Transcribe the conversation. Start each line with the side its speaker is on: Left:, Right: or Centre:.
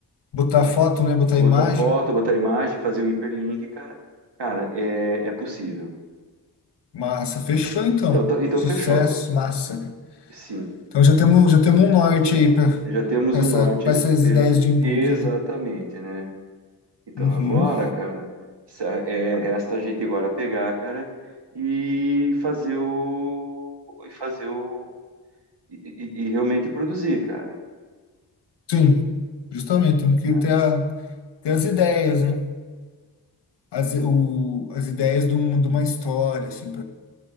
Left: Botar
Right: então
Left: foto,
Right: a gente
Left: né? Botar
Right: botar
Left: imagem.
Right: foto, botar imagem, fazer o hiperlink, cara, cara, é, é possível.
Left: Massa. Fechou então.
Right: Então, tá- então
Left: Sucesso,
Right: fechou.
Left: massa, cara.
Right: Sim,
Left: Então já temos, já temos um norte aí para
Right: já temos
Left: essa,
Right: um norte,
Left: para essas
Right: e-
Left: ideias de e-book,
Right: exatamente,
Left: né?
Right: né? Então
Left: Uhum.
Right: agora, cara, sa- é, resta a gente agora pegar, cara, e fazer o e fazer o e, e- e realmente produzir, cara.
Left: Sim, justamente. Temos que
Right: né?
Left: ter, a, ter as ideias, né? As, o, as ideias de uma, de uma história, assim,